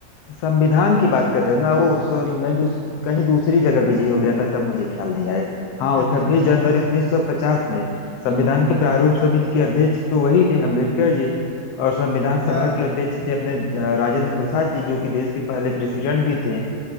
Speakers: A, on the left (about 80°); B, on the left (about 60°).
A: संविधान की बात कर रहे हो ना ओ सॉरी मैं दूस, कहीं दूसरी जगह बिजी हो गया था तब मुझे ख्याल नहीं आया हाँ वो
B: अच्छा
A: छब्बीस
B: अच्छा
A: जनवरी 1950 में संविधान की प्रारूप समिति के अध्यक्ष तो वही थे अम्बेडकर जी और संविधान सभा
B: हाँ
A: के अध्यक्ष थे अपने अ, राजेंद्र प्रसाद जी जो कि देश के पहले प्रेसिडेंट
B: हाँ
A: भी थे